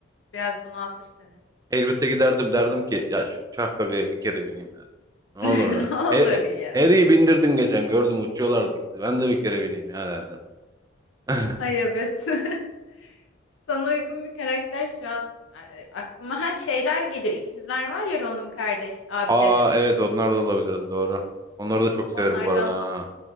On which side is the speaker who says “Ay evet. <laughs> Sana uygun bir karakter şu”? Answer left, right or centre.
Left